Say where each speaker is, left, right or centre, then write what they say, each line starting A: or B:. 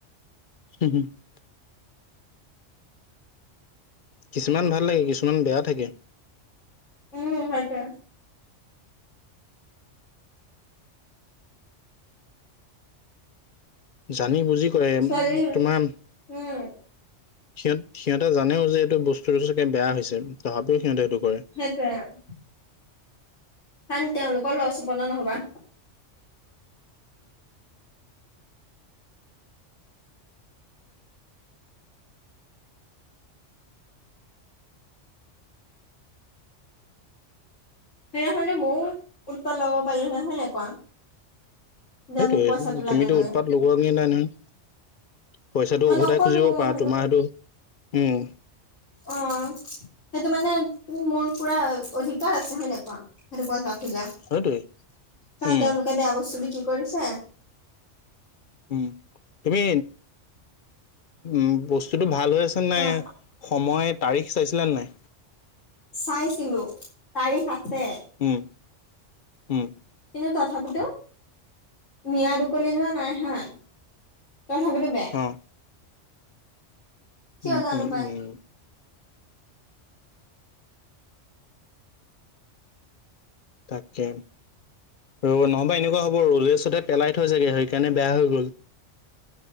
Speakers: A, on the left; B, on the left.
A: হুম হম। <unintelligible> কিছুমান ভাল লাগে, কিছুমান বেয়াও থাকে।
B: উম, সেইটোৱেই।
A: জানি বুজি কৰে।
B: ছোৱালী
A: তোমাৰ
B: উম
A: সিহঁত-সিহঁতে জানেও যে এইটো বস্তুটো চাগে বেয়া হৈছে তথাপিও সিহঁতে এইটো কৰে।
B: সেইটোয়ে আৰু। কাৰণ তেওঁলোকৰ লছ হ'ব যে ন'হবা। সেইদিনাখনতো মইও উৎপাত লগাব পাৰিলো হেতেন হয় নাই কোৱা। যে
A: সেইটোৱেই।
B: মোক পইচাটো লাগে
A: তুমিতো
B: বুলি
A: উৎপাত লগোৱাগে নাই নহয়। পইচাটো
B: মই
A: উভতাই
B: নকলো
A: খুজিব
B: মই
A: পাৰা
B: ভাবিলো
A: তোমাৰ সেইটো, উম,
B: অ, সেইটো মানে মোৰ পুৰা অধিকাৰ আছে। হয় নাই? পইচা খোজা কাৰণ
A: সেইটোৱে উম,
B: তেওঁলোকে বেয়া বস্তু বিক্ৰী কৰিছে।
A: উম, তুমি উম, বস্তুতটো ভাল হৈ আছে নাই
B: কোৱা
A: সময় তাৰিখ চাইছিলে নাই।
B: চাইছিলো তাৰিখ আছে।
A: উম, উম,
B: কিন্তু তথাপিতোও মিয়াত উকলি যোৱা নাই হা। তথাপিতো বেয়া।
A: অ',
B: কিয়
A: উম,
B: জানো
A: উম,
B: পাই
A: উম, তাকে ৰ নহ'বা এনেকুৱা হ'ব ৰ'দেছতহ পেলাই থয় চাগে সেইকাৰণে বেয়া হৈ গ'ল।